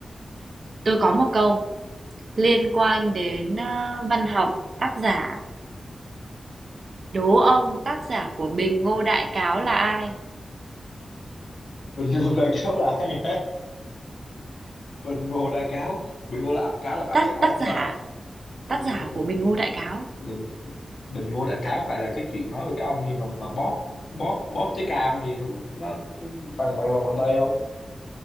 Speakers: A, on the right; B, on the left.
A: Tôi có một câu liên quan đến ờ, văn học, tác giả. Đố ông tác giả của Bình Ngô Đại Cáo là ai?
B: bình ngô đại cáo là ai đấy bình ngô đại cáo bình ngô là cá là phải
A: Tác
B: cái ông
A: tác giả,
B: mà bình
A: tác giả
B: ngô bình
A: của Bình Ngô Đại Cáo.
B: bình bình Ngô Đại Khái phải là cái chuyện nói về cái ông gì mà mà bóp bóp bóp trái cam gì đó, nó nó bằng bằng lòng bàn tay không